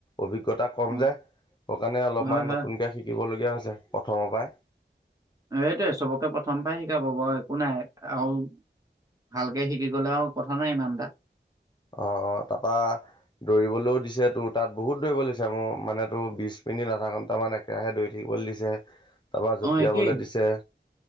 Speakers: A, on the left; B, on the right.
A: অভিজ্ঞতা কম
B: অ
A: যে সেই কাৰণে অলপমান
B: হয় হয়
A: নতুনকে শি শিকিবলগীয়া হৈছে প্ৰথমৰ পৰাই।
B: এইটোয়ে চবকে প্ৰথম পৰাই শিকাব বাৰু একো নাই আৰু ভালকে শিকি গ'লে আৰু কথা নাই ইমান এটা।
A: অ', অ' তাৰ পৰা দৌৰিবলৈও দিছে তোৰ তাত বহুত দৌব ল দিছে মোৰ মানে তোৰ বিশ মিনিট আধা ঘণ্টামান এক ৰাহে দৈৰি থাকিবলৈ দিছে। তাৰপা জঁপিয়াবলৈ
B: অহ একে।
A: দিছে